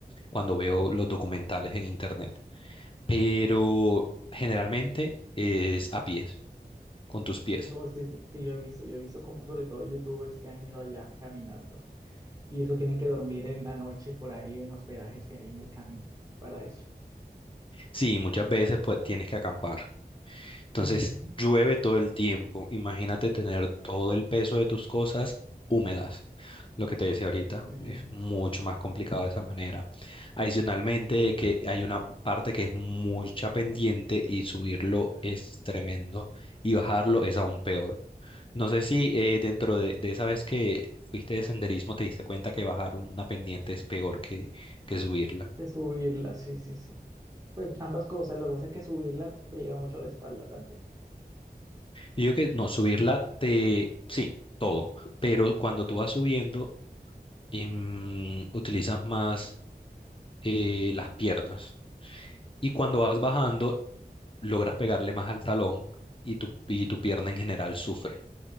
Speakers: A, on the left; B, on the right.
A: cuando veo los documentales en internet. pero generalmente es a pies, con tus pies.
B: No sé sí, sí, sí, yo he visto, yo he visto como sobre todo youtubers que han ido allá caminando y eso tienen que dormir en la noche por ahí en hospedajes que hay en el camino para eso.
A: Sí, muchas veces pues tienes que acampar. Entonces
B: Ujú.
A: llueve todo el tiempo. Imagínate tener todo el peso de tus cosas húmedas. Lo que te decía ahorita
B: Eh,
A: es mucho más complicado de esa manera. Adicionalmente, que hay una parte que es mucha pendiente y subirlo es tremendo y bajarlo es aún peor. No sé si eh, dentro de, de esa vez que fuiste de senderismo te diste cuenta que bajar un- una pendiente es peor que, que subirla.
B: que subirla, sí, sí, sí. Pues ambas cosas, lo que pasa es que subirla friega mucho la espalda también.
A: Yo digo que no, subirla te... Sí, todo, pero cuando tú vas subiendo em, utilizas más eh, las piernas y cuando vas bajando logras pegarle más al talón y tu, y tu pierna en general sufre.